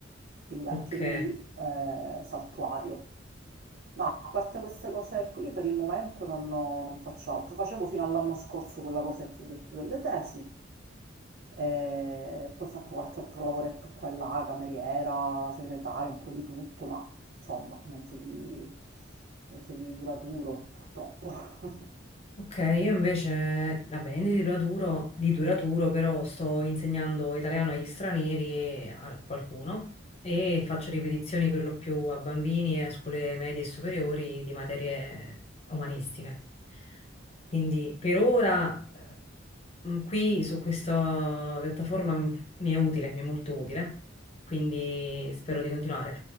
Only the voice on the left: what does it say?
Ok.
Ok, io invece, vabbè, niente di duraturo, di duraturo, però sto insegnando italiano agli stranieri e a qualcuno e faccio ripetizioni per lo più a bambini e a scuole medie e superiori di materie umanistiche. Quindi per ora eh, mh, qui su questa piattaforma m- mi è utile, mi è molto utile, quindi spero di continuare.